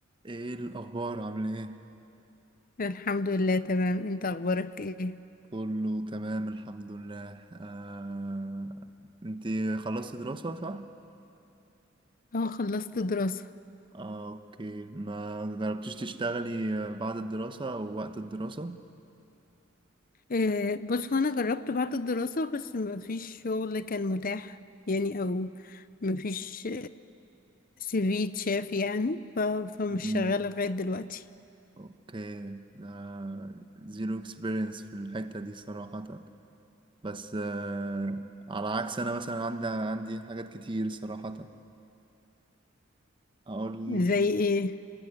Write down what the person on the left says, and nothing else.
الحمد لله تمام انت اخبارك ايه
اه خلصت دراسة
إيه بص هو انا جربت بعد الدراسة بس ما فيش شغل كان متاح يعني او ما فيش سي في تشاف يعني ف- فمش
شغالة لغاية دلوقتي
زي ايه